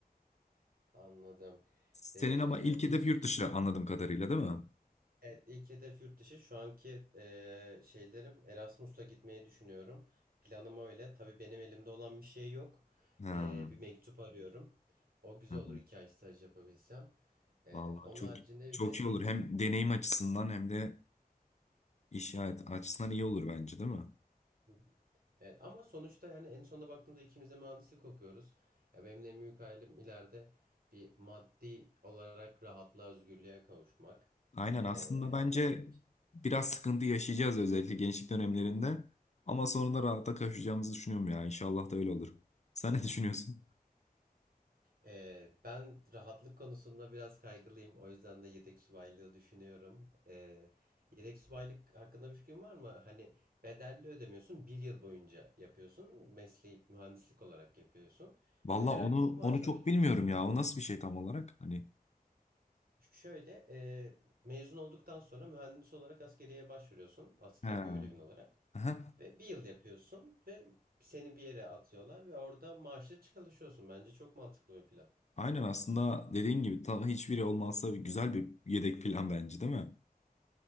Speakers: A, on the right (about 70°); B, on the left (about 45°).
A: Anladım.
B: Senin
A: Ee,
B: ama ilk hedef
A: peki
B: yurt
A: y-
B: dışı anladığım kadarıyla değil mi?
A: evet, ilk hedef yurt dışı. Şu anki e, şeylerim Erasmus'la gitmeyi düşünüyorum. Planım öyle. Tabii benim elimde olan bir şey yok.
B: Ha,
A: Ee, bir mektup arıyorum. O güzel
B: ha.
A: olur iki ay staj yapabilsem. Ee,
B: Vallahi
A: onun
B: çok
A: haricinde
B: çok
A: bir de
B: iyi olur. Hem deneyim açısından hem de iş hayat açısından iyi olur bence, değil mi?
A: <laughs> Evet, ama sonuçta yani en sonunda baktığımızda ikimiz de mühendislik okuyoruz. Ya benim de en büyük hayalim ileride bir maddi olarak rahatlığa, özgürlüğe kavuşmak.
B: Aynen
A: Ee,
B: aslında bence
A: onun,
B: biraz sıkıntı yaşayacağız özellikle gençlik dönemlerinde ama sonra da rahata kavuşacağımızı düşünüyorum ya. İnşallah da öyle olur. Sen ne düşünüyorsun?
A: Ee, ben rahatlık konusunda biraz kaygılıyım. O yüzden de yedek subaylığı düşünüyorum. Ee, yedek subaylık hakkında bir fikrin var mı? Hani bedelli ödemiyorsun, bir yıl boyunca yapıyorsun. Mesleği mühendislik olarak yapıyorsun.
B: Vallahi
A: Ve her
B: onu
A: ay maaş
B: onu çok
A: alıyorsun.
B: bilmiyorum ya. O nasıl bir şey tam olarak? Hani
A: Şöyle, e, mezun olduktan sonra mühendis olarak askeriye başvuruyorsun, asker
B: he.
A: görevin olarak
B: Aha.
A: ve bir yıl yapıyorsun ve seni bir yere atıyorlar ve orada maaşlı çalışıyorsun. Bence çok mantıklı bir plan.
B: Aynen aslında dediğin gibi tam hiçbiri olmazsa güzel bir yedek plan bence, değil mi?